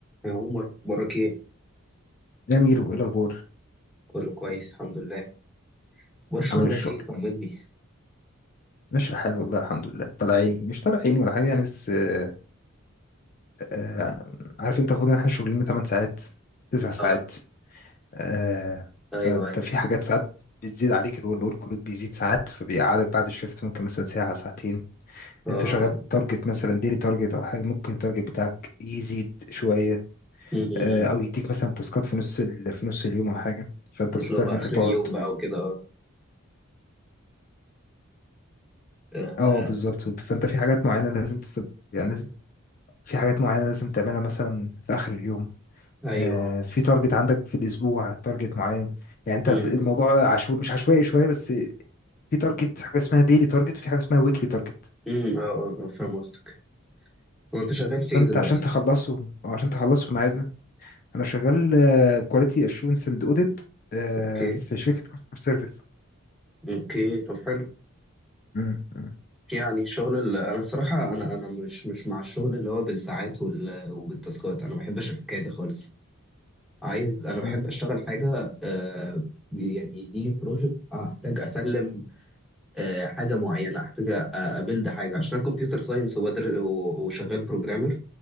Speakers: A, in the centre; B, on the left.
A: يا عمر اخبارك ايه
B: يا ميرو ايه الاخبار
A: كله كويس الحمد لله اخبار شغلك
B: عامل إيه الشغل
A: ايه طمني
B: ماشي الحال والله الحمد لله طلع عيني مش طلع عيني ولا حاجه يعني بس آه آه، عارف انت المفروض ان احنا شغلنا 8 ساعات 9 ساعات
A: اه
B: آه
A: ايوه
B: فانت
A: ايوه
B: في حاجات ساعات بتزيد عليك اللي هو الورك لود بيزيد ساعات فبيقعدك بعد الشفت ممكن مثلا ساعه ساعتين
A: اه
B: انت شغال تارجت مثلا ديلي تارجت او حاجه ممكن التارجت بتاعك يزيد شويه
A: أمم.
B: آه او يديك مثلا تاسكات في نص ال... في نص اليوم او حاجه فانت بتضطر
A: تطلع بقى
B: ان انت
A: اخر
B: تقعد
A: اليوم بقى وكده اه آه،
B: اه بالظبط فانت في حاجات معينه لازم تسب يعني لازم في حاجات معينة لازم تعملها مثلا في آخر اليوم
A: ايوه
B: آه، في تارجت عندك في الأسبوع تارجت معين يعني أنت
A: أمم،
B: ب- الموضوع عشو... مش عشوائي شوية بس في تارجت حاجة اسمها ديلي تارجت وفي حاجة اسمها ويكلي تارجت
A: أمم، اه اه آه، فاهم قصدك هو انت شغال في
B: فأنت
A: ايه دلوقتي
B: عشان تخلصه أو عشان تخلصه في ميعاده أنا شغال كواليتي أشورنس أند أوديت
A: اوكي
B: في شركة كاستمر سيرفيس
A: اوكي طب حلو
B: مم، مم،
A: يعني الشغل اللي انا الصراحه انا انا مش مش مع الشغل اللي هو بالساعات وال... وبالتاسكات انا ما بحبش الحكايه دي خالص عايز انا بحب
B: مم،
A: اشتغل حاجه آه يعني يديني بروجكت احتاج اسلم آه، حاجه معينه احتاج أ- ابيلد حاجه عشان كمبيوتر ساينس وبدر و- وشغال بروجرامر